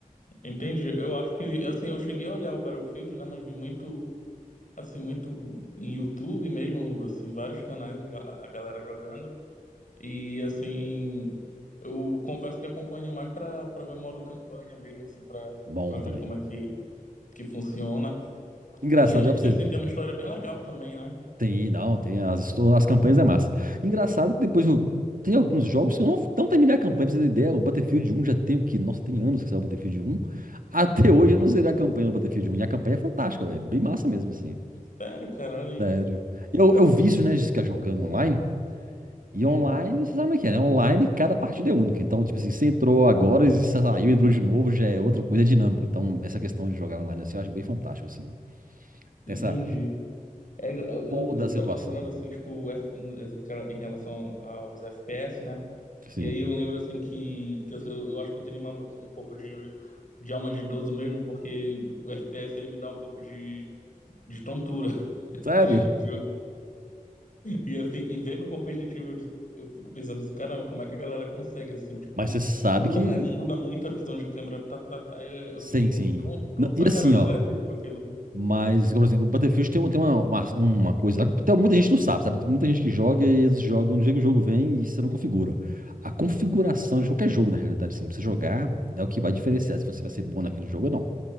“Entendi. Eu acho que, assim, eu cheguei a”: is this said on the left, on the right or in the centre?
Left